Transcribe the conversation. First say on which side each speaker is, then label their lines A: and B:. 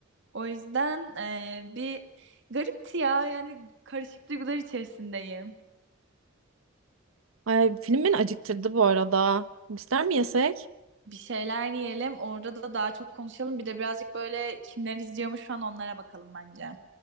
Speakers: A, on the right; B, on the right.
A: O yüzden e, bir garipti ya yani karışık duygular içerisindeyim.
B: Ay, film beni acıktırdı bu arada. Bizler mi yesek?
A: Bir şeyler yiyelim orada da daha çok konuşalım bir de birazcık böyle kimler izliyormuş şu an onlara bakalım bence.